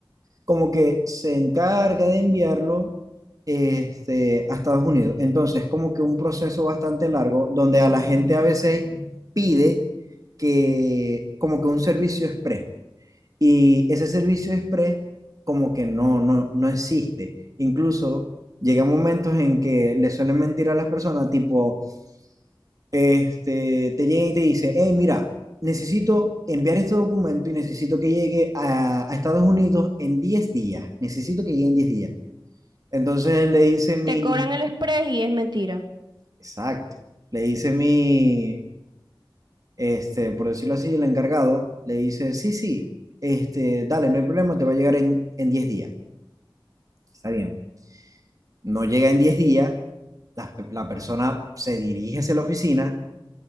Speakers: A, on the right (about 45°); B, on the right (about 60°).
A: como que se encarga de enviarlo este, a Estados Unidos. Entonces, como que un proceso bastante largo donde a la gente a veces pide que como que un servicio express. Y ese servicio express como que no, no, no existe. Incluso llegan momentos en que le suelen mentir a las personas, tipo, este, te llega y te dice, hey, mira, necesito enviar este documento y necesito que llegue a, a Estados Unidos en 10 días. Necesito que llegue en 10 días. Entonces le dice mi,
B: Te cobran el express y es mentira.
A: exacto, le dice mi, este, por decirlo así, el encargado, le dice, sí, sí, este, dale, no hay problema, te va a llegar en, en 10 días. Está bien. no llega en 10 días, la, la persona se dirige hacia la oficina